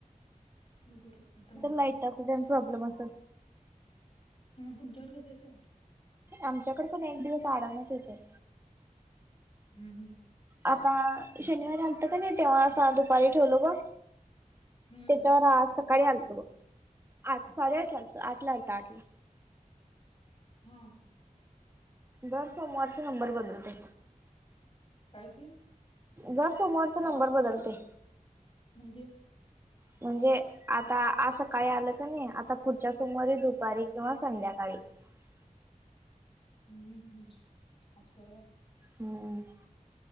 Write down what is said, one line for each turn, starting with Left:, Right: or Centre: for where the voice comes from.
Left: मग गुरु नाहीतर मंगळवारी.
Right: लाईटाचा तेन प्रॉब्लेम असल.
Left: तुमच्याकडे कसं येतय
Right: आमच्याकडे पण एक दिवस आडणच येतय.
Left: हम्म हम्म
Right: आता शनिवारी आलतं का नाही तेव्हा असा दुपारी ठेवलो बग
Left: हम्म
Right: त्याच्यावर आज सकाळी आलतो बघ आठ-साडेआठ झालते आठला आलतो आठला
Left: हा ह
Right: दर सोमवारचा नंबर बदलतय
Left: काय ते
Right: दर सोमवारचा नंबर बदलतोय
Left: म्हणजे
Right: म्हणजे आता आज सकाळी आलतो ना मी आता पुढच्या सोमवारी दुपारी किंवा संध्याकाळी सकाळी
Left: हम्म हम्म असं व्हय
Right: हम्म